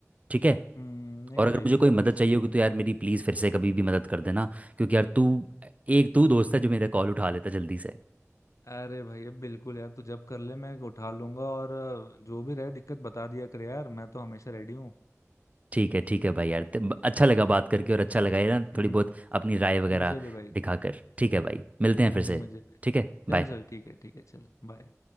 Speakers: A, on the right; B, on the left.
A: ठीक है
B: हम्म, नहीं
A: और अगर
B: भाई
A: मुझे
B: एकदम
A: कोई मदद चाहिए
B: सही
A: होगी
B: है
A: तो यार मेरी प्लीज़ फिर से कभी भी मदद कर देना क्योंकि यार तू एक तू दोस्त है जो मेरा कॉल उठा लेता जल्दी
B: अरे भाई अब बिल्कुल यार तू जब कर ले मैं उठा लूंगा और अ, जो भी रहे दिक्कत बता दिया कर यार मैं तो हमेशा रेडी हूँ
A: ठीक है ठीक है भाई यार ते- ब- अच्छा लगा बात करके और अच्छा लगा ये ना
B: <laughs>
A: थोड़ी बहुत अपनी राय वगैरह
B: मुझे भी भाई
A: दिखाकर ठीक है भाई मिलते
B: हम्म,
A: हैं फिर से
B: मुझे भी
A: ठीक है
B: चल
A: बाय
B: चल ठीक है ठीक है चल बाय